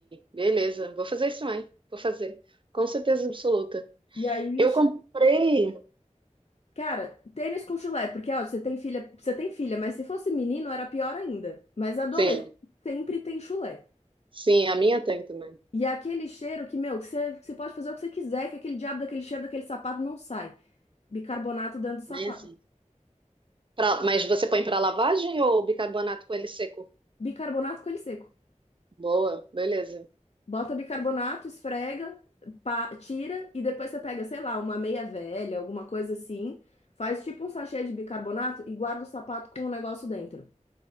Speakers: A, on the right; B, on the left.
A: Beleza. Vou fazer isso também. Vou fazer. Com certeza absoluta.
B: E aí
A: Eu
B: o chá
A: comprei.
B: Cara, tênis com chulé, porque ó, você tem filha, você tem filha, mas se fosse menino era pior ainda. Mas adolescente
A: Sim,
B: sempre tem chulé.
A: sim, a minha tem também.
B: E é aquele cheiro que, meu, que você, que você pode fazer o que você quiser, que aquele diabo daquele cheiro daquele sapato não sai. Bicarbonato dentro do sapato.
A: Né? Sim. Pra- mas você põe para lavagem ou bicarbonato com ele seco?
B: Bicarbonato com ele seco.
A: Boa, beleza.
B: Bota bicarbonato, esfrega, pá, tira e depois você pega, sei lá, uma meia velha, alguma coisa assim, faz tipo um sachê de bicarbonato e guarda o sapato com o negócio dentro.